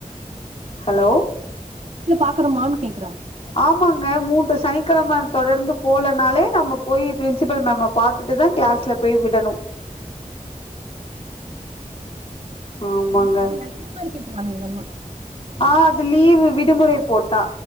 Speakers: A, on the left (about 45°); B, on the right (about 55°).
A: ஹலோ
B: இல்ல பாக்குறமான் கேக்குறே
A: ஆமாங்க மூன்று சனிக்கெழம தொடர்ந்து போலனாலே நம்ம போயி பிரின்சிபல் மேம பாத்துட்டுதா கிலாஸ்ல போய் விடணு ஆமாங்க
B: தம்பி அது லெட்ரு மாரி கேட்ருறாங்க உங்கம்மா
A: ஆ அது லீவு விடுமுறை போட்டா